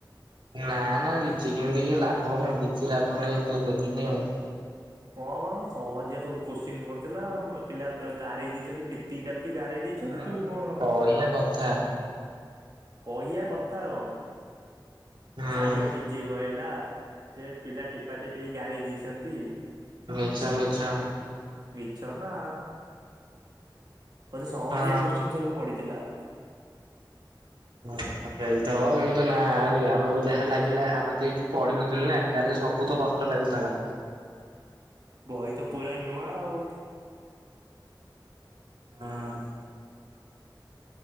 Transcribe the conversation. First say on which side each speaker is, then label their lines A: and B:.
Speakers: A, on the right; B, on the right.
A: ନା ନା ରିଚି କିମତି ଲାଭ କଣ କିଛି ଲାଭ ନାହିଁ ଗଲିନି ଆଉ
B: କଁ ସହଜିଆ ସବୁ କୋଶ୍ଚିନ୍ ପଡିଥିଲା ପିଲା ଗାରେଇ ଦେଇଛନ୍ତି ଟେ ପି ଟାପି ଗାରେଇ ଦେଇଛନ୍ତି
A: ହୁଁ
B: ତୁ କଣ
A: କହିବା କଥା
B: କଇଆ କଥା କଣ
A: ହୁଁ
B: ସାଇବା ନିଜେ କହିଲା ଯେ ପିଲା ଟିପାଟିପି ଏଇ ଗାରେଇ ଦେଇଛନ୍ତି
A: ମିଛ ମିଛ
B: ମିଛ ନା ବୋଧେ ସହଜଆ
A: ହଁ।
B: କୋଶ୍ଚିନ୍ ସବୁ ପଡିଥିଲା
A: ହଁ ହେଇଥିବ କିନ୍ତୁ ନା ଆଉ ଆମକୁ ଯାହା ଲାଗିଲା ଆମେ ତ ପଢିନଥିଲି ନା ତାହେଲେ ସବୁ ତ କଷ୍ଟ ଲାଗୁଥିଲା
B: ବହି ତ ପୁରା ନୂଆଁ ଆଉ
A: ହଁ